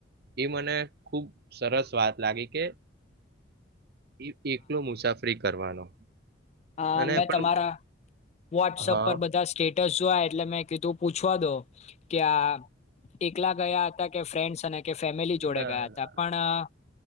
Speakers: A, on the right; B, on the left.
A: એ મને ખુબ સરસ વાત લાગી કે. એ એકલો મુસાફરિક. કરવાનો.
B: હા
A: અને
B: મેં
A: પણ
B: તમારા વોટ્સઅપ
A: હા
B: પર બધા. સ્ટેટસ જો એટલે મેં કીધું પૂછવા દો કે એકલા ગયા હતા કે ફ્રેન્ડ્સ અને કે ફેમિલી જોડે
A: ના
B: ગયા હતા
A: ના
B: પણ